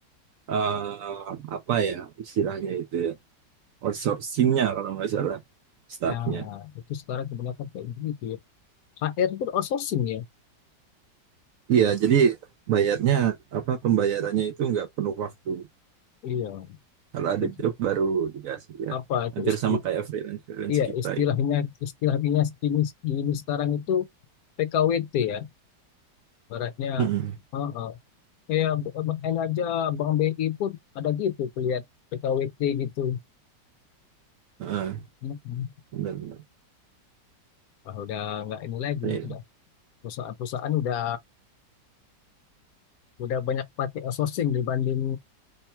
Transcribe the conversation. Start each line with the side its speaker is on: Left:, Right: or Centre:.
Right: eh, apa ya istilahnya itu ya. outsourcingnya kalau nggak salah staffnya.
Left: nah itu sekarang kebanyakan kayak begitu ya. HR itu outsourcing ya.
Right: Iya, jadi bayarnya apa pembayarannya itu nggak penuh waktu.
Left: Iya.
Right: Kalau ada
Left: Jadi
Right: job baru dikasih ya.
Left: apa itu
Right: Hampir
Left: isti
Right: sama kayak freelance freelance
Left: iya
Right: kita
Left: istilahnya
Right: gitu.
Left: istilahnya ini, ini sekarang itu PKWT ya. Baratnya
Right: Mm-mm.
Left: heeh. Kayak BUMN aja Bank BI pun ada gitu lihat PKWT gitu.
Right: Ah,
Left: Heeh.
Right: benar-benar.
Left: Wah, udah nggak ini lagi,
Right: Iya,
Left: udah perusahaan-perusahaan udah udah banyak pakai outsourcing dibanding